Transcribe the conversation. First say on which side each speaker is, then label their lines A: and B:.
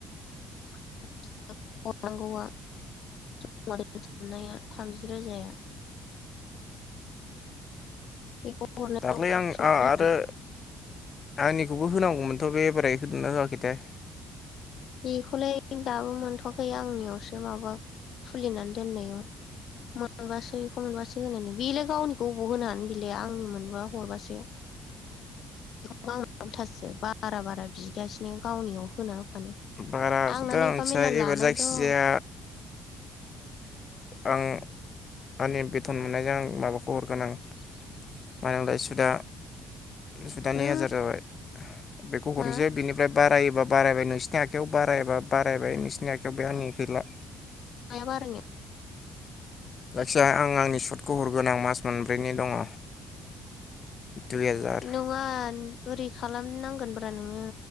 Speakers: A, on the left (about 55°); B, on the left (about 35°).
A: <unintelligible> हरनांगौआ। जमा दोनथुमनाया थामजि रोजाया। बेखौ हरनो
B: दाख्लै आं
A: थिसनदों
B: आ-आरो आंनिखौ बेबो होनांगौमोनथ' बे एबार होदोंना होआखैथाय।
A: बेखौलाय दाबो मोनथ'वाखै आंनियावसो माबा खुलिनानै दोननायाव मोनबासो बेखौ मोनबासो होनो नो। बेलाय गावनिखौ बबाव होनोनो बिलाय आंनि मोनबा हरबासो। बेखौबा आंनाव उलथासो बारा बारा बिगासिनो गावनियाव होना होफानो।
B: बाराखौथ'
A: आंना नै
B: आं
A: एफा
B: मिथिया
A: मेरला
B: एबार
A: लानाय
B: जायखिजाया
A: दं
B: आं आंनि बेथन मोननायजों आं माबाखौ हरगोन आं मानो होनोमोनलाय सुदा। सुदा
A: उम
B: नै हाजार जाबाय। बेखौ हरसै
A: मा
B: बिनिफ्राय बारायोबा बारायबायनो नोंनि आखायाव बारायबा बारायबाय नोंसिनि आखायाव बे आंनि गैला।
A: माया बारायनो?
B: जायखिजाया आं आंनि सुटखौ हरगोन आं मास मोनब्रैनि दङ दुइ हाजार
A: नङा ओरि खालामनांगोनब्रा नोङो